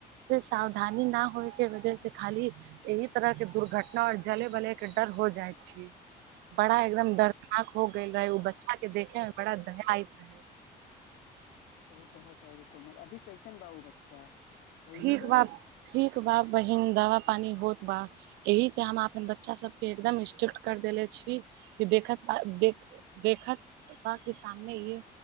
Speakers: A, on the right; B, on the left.
A: से सावधानी ना होयके वजह से खाली एहि तरह के दुर्घटना और जले बले के डर हो जाइ छी। बड़ा एकदम दर्दनाक हो गेल रहे ओ बच्चा के देखे में बड़ा दहायत रहे।
B: सही कह तारू कोमल अभी कैसन बा उ बच्चा? सही
A: ठीक
B: हो गइल
A: बा ठीक बा बहिन दवा पानी होत ब एहि कारणेँ हम अपन बच्चासभकेँ एकदम स्ट्रिक्ट कऽ देने छी जे देखब तऽ देख। देखत पप्पा के सामने ई